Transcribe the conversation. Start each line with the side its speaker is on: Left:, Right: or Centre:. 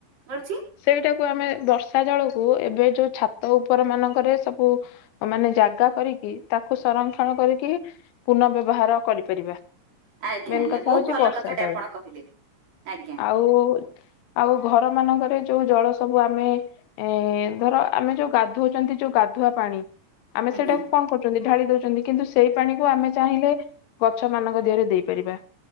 Right: ଗଳୁଛି।
Left: ସେଇଟାକୁ ଆମେ ବର୍ଷା ଜଳକୁ ଏବେ ଯୋଉ ଛାତ ଉପର ମାନଙ୍କରେ ସବୁ- ମାନେ ଜାଗା କରିକି ତାକୁ ସଂରକ୍ଷଣ କରିକିରି- ପୁନଃ ବ୍ୟବହାର କରିପାରିବା।
Right: ଆଜ୍ଞା
Left: ମେନ୍
Right: ଆଜ୍ଞା
Left: କଥା
Right: ବହୁତ
Left: ହଉଛି
Right: ଭଲ
Left: ବର୍ଷା
Right: କଥାଟେ
Left: ଜଳ।
Right: ଆପଣ କହିଲେ ଆଜ୍ଞା
Left: ଆଉ। ଆଉ ଘର ମାନଙ୍କରେ ଯୋଉ ଜଳ ସବୁ ଆମେ ଏଁ ଧର- ଆମେ ଯୋଉ ଗାଧଉଛନ୍ତି ଯୋଉ ଗାଧୁଆ ପାଣି ଆମେ
Right: ଆଜ୍ଞା
Left: ସେଇଟା- କଣ କରୁଛନ୍ତି ଢାଳି ଦଉଛନ୍ତି କିନ୍ତୁ ସେଇ ପାଣିକୁ ଆମେ ଚାହିଁଲେ ଗଛ ମାନଙ୍କ ଦେହରେ ଦେଇପାରିବା